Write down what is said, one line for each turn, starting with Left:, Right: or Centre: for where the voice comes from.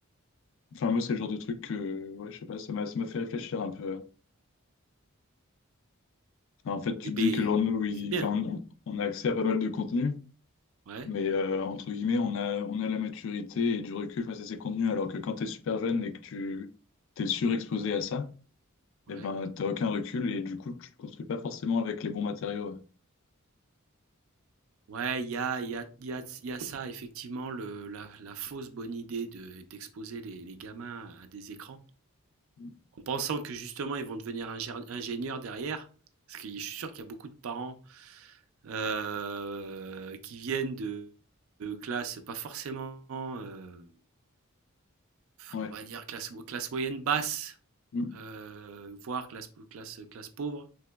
Left: Enfin, moi, c'est le genre de truc que, ouais, je sais pas, ça m'a, ça m'a fait réfléchir un peu. Enfin, en fait, tu
Right: Eh
Left: te
Right: ben
Left: dis que, genre, nous, il-
Right: c'est bien.
Left: enfin, on on a accès à pas mal de contenu.
Right: Ouais,
Left: Mais euh, entre guillemets, on a, on a la maturité et du recul face à ces contenus, alors que quand tu es super jeune et que tu t'es surexposé à ça,
Right: ouais.
Left: eh ben, t'as aucun recul et du coup, tu te construis pas forcément avec les bons matériaux.
Right: Ouais, il y a, il y a, il y a, il y a ça, effectivement, le, la, la fausse bonne idée de, d'exposer les, les gamins à des écrans,
Left: Mm.
Right: en pensant que justement ils vont devenir ingé- ingénieurs derrière. Parce que je suis sûr qu'il y a beaucoup de parents euh, qui viennent de, de classes pas forcément, euh,
Left: Ouais.
Right: on va dire, classe, classe moyenne basse,
Left: Mm.
Right: euh, voire classe, classe, classe pauvre